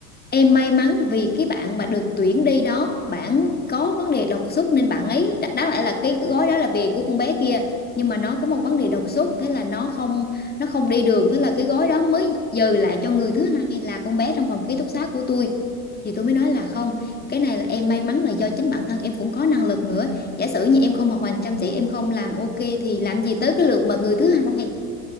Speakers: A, on the left (about 20°); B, on the right (about 75°).
A: Em may mắn
B: ừ
A: vì cái bạn mà được tuyển đi đó, bạn có vấn đề đột xuất nên bạn ấy đ- đáng lẽ là cái gói đó là về của con bé kia, nhưng mà nó có một vấn đề
B: ừ
A: đột
B: ừ
A: xuất thế là nó không nó không đi được, thế là cái gói đó mới dời lại cho người thứ hai là con bé trong phòng ký túc xá của tôi. Thì tôi mới nói là không,
B: ừ.
A: cái này là em may mắn là do chính bản thân em cũng có năng lực nữa. Giả sử như em không học hành
B: đúng
A: chăm chỉ,
B: rồi
A: em không làm ok thì làm gì tới cái lượt mà người thứ
B: đúng
A: hai.